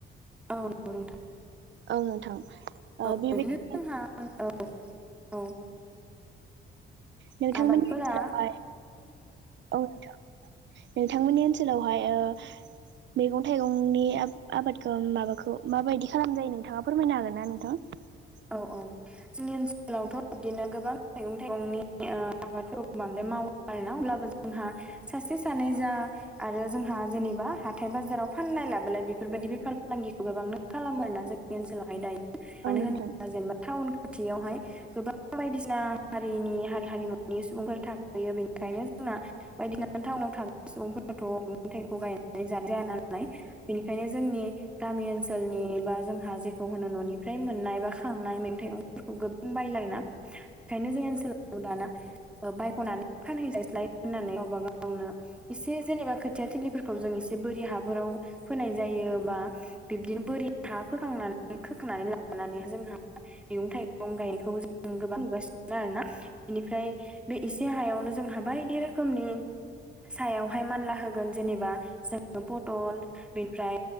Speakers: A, in the centre; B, on the right.
A: औ नंगौ नोंथां।
B: औ नोंथां। ओ
A: औ
B: बेबायदिनो
A: बिदिनो जोंहा औ औ।
B: नोंथांमोननि
A: आबादफोरा
B: ओनसोलावहाय औ नोंथां। नोंथांमोननि ओनसोलावहाय ओ मैगं थाइगंनि आबादखौ माबाखौ माबायदि खालाम जायो नोंथाङा फोरमायनो हागोन ना नोंथां? <inaudible>
A: औ औ जोंनि ओनसोलावथ' बिदिनो गोबां मैगं थाइगंनि आबादफोर बांद्राय मावो आरोना अब्लाबो जोंहा सासे सानै जा आरो जोंहा जेनेबा हाथाय बाजाराव फाननाय लाबोलाय बेफोरबायदि बेफार फालांगिखौ गोबांनो खालामो आरोना जोंनि ओनसोलावहाय दायो
B: नोंथां?
A: मानो होनोब्ला जेनेबा टाउन खाथियावहाय गोबां बायदिना हारिनि हारि हारिमुनि सुबुंफोरा थाफैयो बेनिखायनो जोंना बायदिना टाउनाव थानाय सुबुंफोराथ' मैगं थाइगंखौ गायनानै जानाय जाया नालाय बेनिखायनो जोंनि गामि ओनसोलनि बा जोंहा जेखौ होनो न'निफ्राय मोननाय बा खांनाय <unintelligible> गोबां बायोला आरोना बेंखायनो जोंनि ओनसोलाव दाना बायख'नानै फानहैजायसैलाय होननानै गावबा गावनो एसे जेनेबा खोथिया थिलिफोरखौ जों एसे बोरि हाफोराव फोनाय जायो बा बिबदिनो बोरि हा फोखांनानै खोखांनानै लानानै जों मैगं थाइगं गायनायखौ जों गोबां नुगासिनो आरो ना बेनिफ्राय बे एसे हायावनो जोंहा बायदि रोखोमनि सायावहाय मानला होगोन जेनेबा जोङो पटल बेनिफ्राय